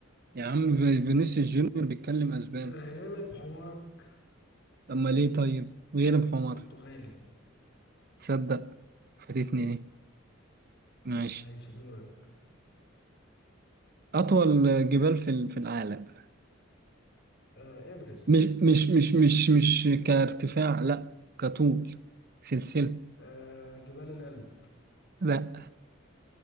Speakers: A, on the right; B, on the left.
A: يا عم في- فينيسيوس جونيور بيتكلم اسباني
B: غلب حمارك
A: أما ليه طيب غير بحمار
B: برتغالي
A: تصدق فاتتني دي ماشي
B: ماشي دورك
A: أطول جبال في ال- في العالم
B: آه ايفرست
A: مش مش مش مش مش كارتفاع لا كطول سلسلة
B: آه جبال الألب
A: لا